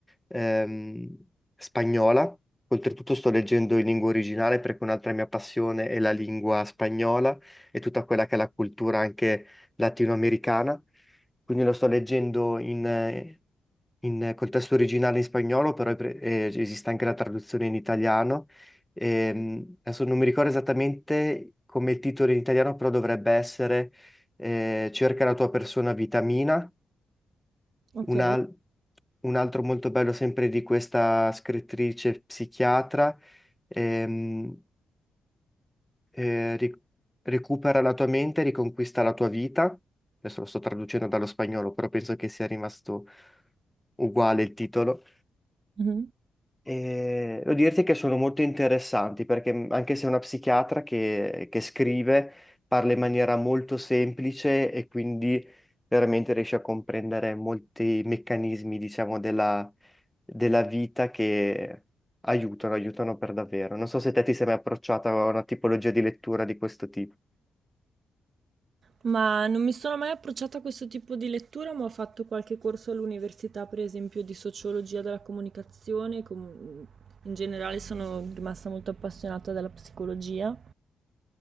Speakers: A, in the centre; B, on the right.
A: ehm, spagnola. Oltretutto sto leggendo in lingua originale perché un'altra mia passione è la lingua spagnola e tutta quella che è la cultura anche latinoamericana. Quindi lo sto leggendo in, in, eh, col testo originale in spagnolo, però è pre- eh, esiste anche la traduzione in italiano. Ehm, adesso non mi ricordo esattamente come il titolo in italiano, però dovrebbe essere eh, Cerca la tua persona vitamina.
B: Ok.
A: Un, al- un altro molto bello sempre di questa scrittrice psichiatra. ehm, eh, ri- recupera la tua mente, riconquista la tua vita. Adesso lo sto traducendo dallo spagnolo, però penso che sia rimasto uguale il titolo.
B: Mhm.
A: E devo dirti che sono molto interessanti perché mh, anche se è una psichiatra che, che scrive, parla in maniera molto semplice e quindi veramente riesce a comprendere molti meccanismi, diciamo, della, della vita che aiutano, aiutano per davvero. Non so se te ti sei mai approcciata a una tipologia di lettura di questo tipo.
B: Ma non mi sono mai approcciata a questo tipo di lettura, ma ho fatto qualche corso all'università, per esempio, di sociologia della comunicazione. com- in generale sono rimasta molto appassionata della psicologia,